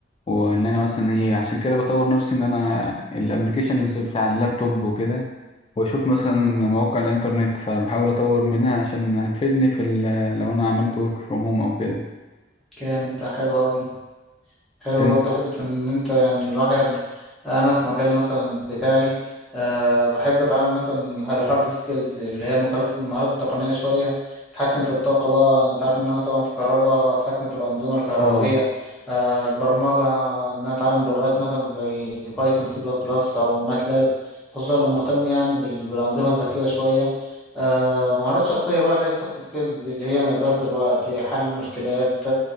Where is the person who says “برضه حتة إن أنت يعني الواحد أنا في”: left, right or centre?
Centre